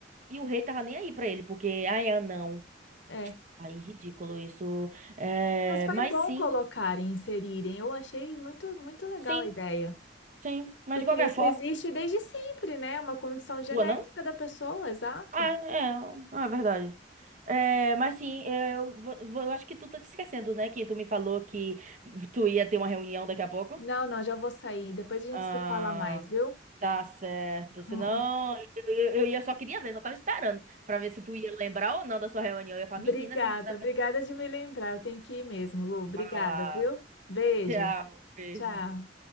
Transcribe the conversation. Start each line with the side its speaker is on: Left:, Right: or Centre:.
Right: E o rei tava nem aí pra ele, porque, ai, anão.
Left: É.
Right: Ai, ridículo isso. É,
Left: Mas foi
Right: mas
Left: bom
Right: sim,
Left: colocarem, inserirem. Eu achei muito, muito legal
Right: sim,
Left: a ideia.
Right: sim. Mas
Left: Porque
Right: de qualquer
Left: isso
Right: forma,
Left: existe desde sempre, né? É Uma condição genética
Right: do anão?
Left: da pessoa, exato.
Right: Ah, é, ah, é verdade. É, mas sim, eu, vou- vou- eu acho que tu tá te esquecendo, né? Que tu me falou que tu ia ter uma reunião daqui a pouco.
Left: Não, não, já vou sair. Depois a gente
Right: Ah,
Left: se fala mais, viu?
Right: tá certo.
Left: <laughs>
Right: Senão, eu, eu, eu ia- só queria ver, só tava esperando pra ver se tu ia lembrar ou não da sua reunião. Eu ia falar,
Left: Obrigada,
Right: menina, essa menina
Left: obrigada
Right: vai
Left: de me lembrar. Tem que ir mesmo, Lu. Obrigada,
Right: falar.
Left: viu? Beijo.
Right: Tchau, beijo.
Left: Tchau.